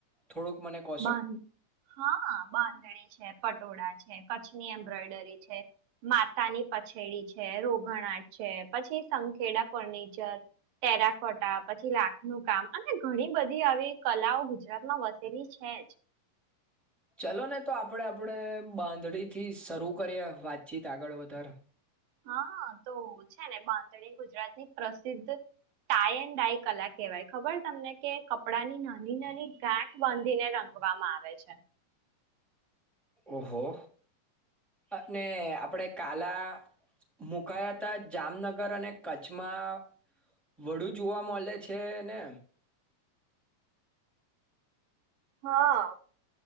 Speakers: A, in the centre; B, on the right.
A: થોડુંક મને કહોશો
B: બાંધ હા બાંધણી છે પટોળા છે ની એ્બ્રોડરી છે માતાની પછેડી છે રોઘણ આટ છે પછી સંખેડા ફર્નિચર ટેરાકોટા પછી લાખનું કામ અને ઘણી બધી આવી કલાઓ ગુજરાતમાં વસેલી છે જ
A: ચલો ને તો આપડે આપણે બાંધડી થી શરૂ કરીએ વાતચીત આગળ વધારે
B: હા તો છે ને બાંધણી ગુજરાત ની પ્રસિદ્ધ ટાઈ એન્ ડાય કલા કહેવાય ખબર તમને કે કપડાની નાની નાની ગાંઠ બાંધીને રંગવામાં આવે છે
A: ઓહો અને આપડે કાલા મુકાયા હતા જામનગર અને કચ્છમાં વડુ જોવા મળે છે ને
B: હા